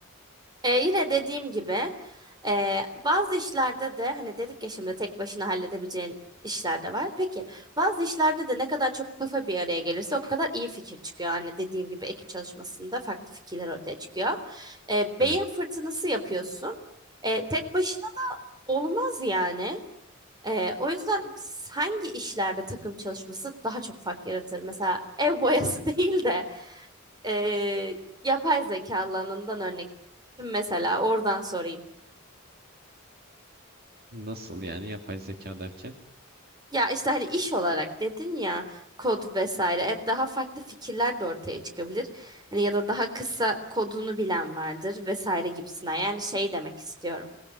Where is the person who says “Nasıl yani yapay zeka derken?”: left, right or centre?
Right